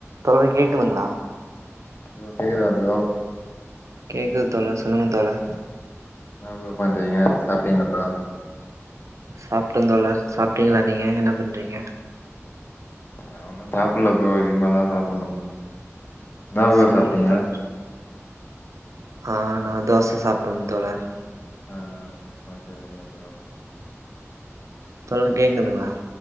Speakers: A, on the right; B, on the left.
A: தோழி கேக்குதுங்களா
B: ப்ரோ கேக்குதா ப்ரோ
A: கேக்குது தோழா சொல்லுங்க தோழா
B: என்னா ப்ரோ பண்றீங்க சாப்ட்டீங்களா ப்ரோ
A: சாப்ட்ட தோழர் சாப்ட்டீங்களா நீங்க என்ன பண்றீங்க
B: நா உன்னு சாப்புல்ல ப்ரோ இதுக்கு மேல தா சாப்புன்னு ப்ரோ என்ன ப்ரோ
A: செரிங்க
B: சாப்ட்டீங்க
A: தோழர் ஆ நா தோச சாப்ட்டோம் தோழர்
B: ஆ ஓகே ஓகே ப்ரோ
A: தோழர் கேக்குதுங்களா